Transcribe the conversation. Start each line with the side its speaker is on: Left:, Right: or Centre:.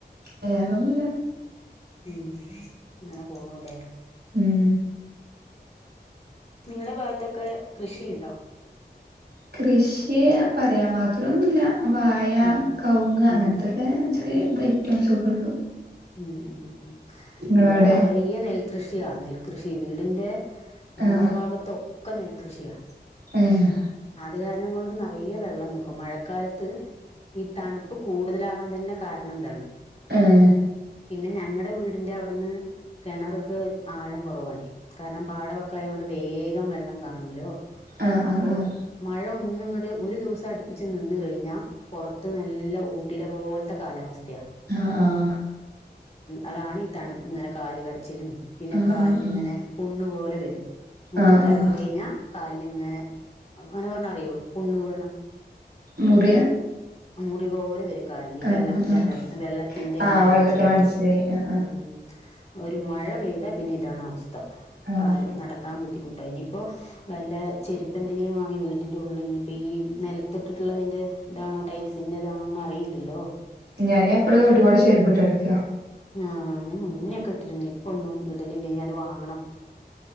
Right: വേറൊന്നുല്ല
Left: ഉം അങ്ങനെ പോണുല്ലേ
Right: ഉം
Left: നിങ്ങളുടെ ഭാഗത്തൊക്കെ കൃഷിയുണ്ടോ
Right: കൃഷി പറയാൻ മാത്രംന്നുല്ല വാഴ
Left: ഉം
Right: കൗങ്ങ് അങ്ങനത്തെ
Left: ഉം
Right: പിന്നെ ചെറിയ ഐറ്റംസ്ഒക്കെ ഉള്ളു
Left: ഉം ഉം ഉം
Right: നിങ്ങളവിടെ
Left: ഇവിടെ നെറയ നെൽകൃഷിയാ നെൽകൃഷി വീടിൻറെ ഉമ്മറ
Right: ആഹ്
Left: ഭാഗത്തൊക്കെ നെൽകൃഷിയാ
Right: ഏയാ
Left: അത് കാരണം കൊണ്ട് നിറയേ വെള്ളംനിക്കും മഴക്കാലത്ത് ഈ തണുപ്പ് കൂടുതലാവാൻ തന്നെ കാരണം ഇ താണ്
Right: ആഹ്
Left: പിന്നെ ഞങ്ങടെ വീടിന്റെ അവിടുന്ന് കിണറക്ക് ആഴം കുറവാണ് കാരണം പാടവക്കായതൊണ്ട് വേഗം വെള്ളം കാണൂലോ
Right: ആഹ്
Left: അപ്പോ
Right: ആഹ്
Left: മഴ ഒന്നും ഇങ്ങട്ട് ഒരു ദിവസം അടുപ്പിച്ച് നിന്ന് കഴിഞ്ഞാ പൊറത്ത് നല്ല ഊട്ടി ടെ പോലത്തെ കാലാവസ്ഥയാ
Right: ആഹ് ആഹ്
Left: അതാണ് ഈ തണുപ്പ ഇങ്ങനെ കാല് കടച്ചിലും പിന്നെ
Right: ആഹ്
Left: കാലിൽങ്ങനെ
Right: ആഹ് ആഹ് ആഹ്
Left: പുണ്ണ് പോലെ വരും മുറ്റത്ത്
Right: ആഹ്
Left: ഇറങ്ങിക്കഴിഞ്ഞാ
Right: ആഹ്
Left: കാലിൽങ്ങനെ അങ്ങനെ പറഞ്ഞ അറിയോ പുണ്ണ് പറഞ്ഞ
Right: മുറിയ
Left: ആ മുറിവ് പോലെ വരും കാലില്
Right: ആഹ്
Left: വെള്ളത്തിന്റെ
Right: ആഹ് ആഹ്
Left: അലർ വെള്ളത്തിന്റെ എങ്ങനെ
Right: ആഹ്
Left: അലർജി
Right: വെള്ളത്തി
Left: ആയിട്ട്
Right: മനസ്സിലായി
Left: ഉ
Right: ആഹ് ആഹ്
Left: ഉ ഒരു മഴ പെയ്താ പിന്നെ ഇതാണ് അവസ്ഥ
Right: ആഹ്
Left: കാല് നടക്കാൻ ബുദ്ധിമുട്ട് ഇനിയിപ്പോ വല്ല ചെരുപ്പ് എന്തെങ്കിലും വാങ്ങിയ വീട്ടിന്റെ ഉള്ളിൽ ഇനി ഇപ്പ ഈ നിലത്തിട്ടിട്ടുള്ളതിന്റെ ഇതാണ് ടൈൽസിന്റെതാണോന്ന് അറിയില്ലല്ലോ
Right: ഞാനും എപ്പള്
Left: ആ
Right: വീട്ടിക്കോട് ചേരുപിട്ട് നടുക്കാ
Left: ആഹ് ഞാൻ മുന്നേക്കെ ഇട്ടിരുന്നു ഇപ്പൊന്നും ഇടലില്ല ഞ അത് വാങ്ങണം